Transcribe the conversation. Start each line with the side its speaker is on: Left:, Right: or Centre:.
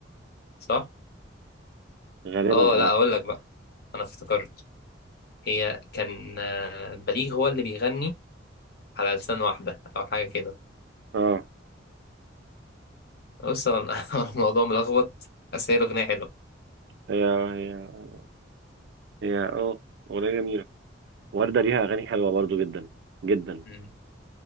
Left: صح؟
Right: غالبا
Left: اه
Right: اه
Left: لا أقول لك بقى أنا افتكرت هي كان آه، بليغ هو اللي بيغني على لسان واحدة أو حاجة كده
Right: اه
Left: بص هو <laughs> الموضوع ملخبط بس هي الأغنية حلوة
Right: هي هي هي اه اغنيه جميله وردة ليها أغاني حلوة برضو جدا جدا
Left: مم.